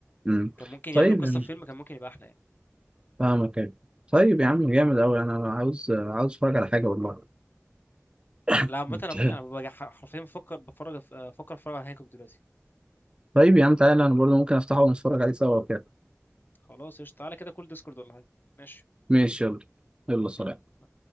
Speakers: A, on the right; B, on the left.
A: امم
B: كان ممكن
A: طيب
B: يعملوا قصه
A: يعني
B: في فيلم كان ممكن يبقى احلى يعني
A: فاهمك ايوه طيب يا عم جامد قوي انا عاوز عاوز اتفرج على حاجه والله
B: لا
A: <laughs>
B: عامة انا ممكن انا ببقى ح- حرفيا بفكر بفرج آه، بفكر اتفرج على هانكوك دلوقتي
A: طيب يا عم تعالى انا برضه ممكن افتحه ونتفرج عليه سوا وكده
B: خلاص قشطة تعالى كده كل ديسكورد ولا حاجة ماشي
A: ماشي يلا يلا سلام
B: يلا